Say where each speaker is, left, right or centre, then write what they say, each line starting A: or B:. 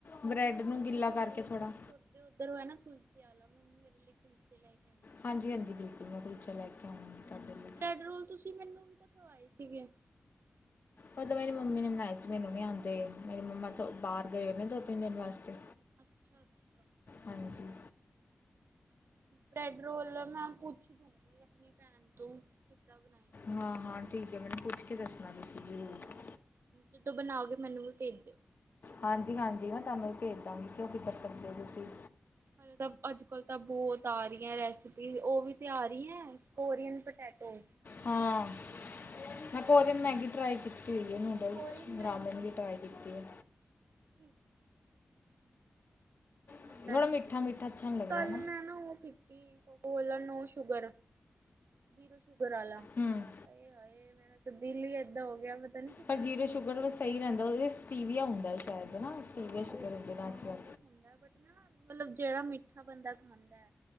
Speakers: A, on the left; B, on the right.
A: ਬਰੈਡ ਨੂੰ ਗਿੱਲਾ ਕਰਕੇ ਥੋੜ੍ਹਾ।
B: ਤੁੁਰਦੇ ਉੱਧਰ ਹੋ ਹੈ ਨਾ ਕੁਲਚੇ ਵਾਲਾ ਮੈਨੂੰ ਮੇਰੇ ਲਈ ਕੁਲਚੇ ਲੈ ਕੇ ਆਉਂਦਾ।
A: ਹਾਂਜੀ ਹਾਂਜੀ ਬਿਲਕੁਲ ਮੈਂ ਕੁਲਚਾ ਲੈ ਕੇ ਆਵਾਂਗੀ
B: ਹੂੰ
A: ਤੁਹਾਡੇ ਲਈ।
B: ਬ੍ਰੈਡ ਰੋਲ ਤੁਸੀਂ ਮੈਨੂੰ ਵੀ ਤਾਂ ਖਵਾਏ ਸੀਗੇ।
A: ਉਹ ਤਾਂ ਮੇਰੀ ਮੰਮੀ ਨੇ ਬਣਾਏ ਸੀ, ਮੈਨੂੰ ਨਹੀਂ ਆਂਦੇ ਮੇਰੀ ਮੰਮਾ ਤੋਂ ਬਾਹਰ ਗਏ ਨੇ ਦੋ ਤਿੰਨ ਦਿਨ ਵਾਸਤੇ।
B: ਅੱਛਾ- ਅੱਛਾ
A: ਹਾਂਜੀ।
B: ਬ੍ਰੈਡ ਰੋਲ ਮੈਂ ਪੁੱਛ ਦੂਗੀ ਆਪਣੀ ਭੈਣ ਤੋਂ। ਕਿੱਦਾਂ ਬਣਾਏ ਸੀ।
A: ਹਾਂ-ਹਾਂ ਠੀਕ ਐ, ਮੈਨੂੰ ਪੁੱਛ ਕੇ ਦੱਸਣਾ ਤੁਸੀਂ ਜ਼ਰੂਰ।
B: ਜਦੋਂ ਬਣਾਓ ਗੇ, ਮੈਨੂੰ ਵੀ ਭੇਜ ਦਿਓ।
A: ਹਾਂਜੀ- ਹਾਂਜੀ, ਮੈਂ ਤੁਹਾਨੂੰ ਵੀ ਭੇਜ ਦਾਂਗੀ ਕਿਉਂ ਫਿਕਰ ਕਰਦੇ ਹੋ ਤੁਸੀਂ।
B: ਹੁਣ ਤਾਂ ਅੱਜ ਕੱਲ ਤਾਂ ਬੋਹਤ ਆ ਰੀ ਏ ਰੈਸਪੀਸ ਉਹ ਵੀ ਤੇ ਆ ਰੀ ਏ ਕੋਰੀਅਨ ਪੋਟੈਟੋ
A: ਹਾਂ ਮੈਂ ਕੋਰੀਅਨ ਮੈਗੀ ਟਰਾਈ ਕੀਤੀ ਹੋਈ ਏ ਨੂਡਲਸ
B: ਕੋਰੀਅਨ
A: ਗ੍ਰਾਮਿਨ ਵੀ ਟਰਾਈ ਕੀਤੀ ਹੈ
B: <unintelligible>
A: ਥੋੜਾ
B: ਹਦਾ
A: ਮਿੱਠਾ ਮਿੱਠਾ ਅੱਛਾ
B: ਹੁਣ
A: ਨਹੀਂ ਲੱਗਦਾ
B: ਕੱਲ ਮੈਂ ਨਾ ਉਹ ਪੀਤੀ Coca Cola no sugar zero sugar ਆਲਾ
A: ਹੂੰ
B: ਆਏ ਹਾਏ ਮੇਰਾ ਦੀਲ ਈ ਏਦਾਂ ਹੋ ਗਿਆ ਪਤਾ ਨੀ ਕਿੱਦਾਂ
A: ਪਰ ਜੀਰੋ
B: ਪੀ ਲੈਂਦਾ
A: ਸ਼ੂਗਰ ਵ ਸਹੀ ਰਹਿੰਦਾ ਉਹ ਸਟੀਵੀਆ ਹੁੰਦਾ ਸ਼ਾਇਦ ਹੈ ਨਾ ਸਟੀਵੀਆ
B: ਹਾਂ
A: ਸ਼ੂਗਰ
B: ਉਹ
A: ਹੁੰਦੇ ਨੈਚਰਲ
B: ਹਾਂ ਉਹ ਤਾਂ ਹੁੰਦਾ ਬਟ ਨਾ ਮਤਲਬ ਜਿਹੜਾ ਮਿੱਠਾ ਬੰਦਾ ਖਾਂਦਾ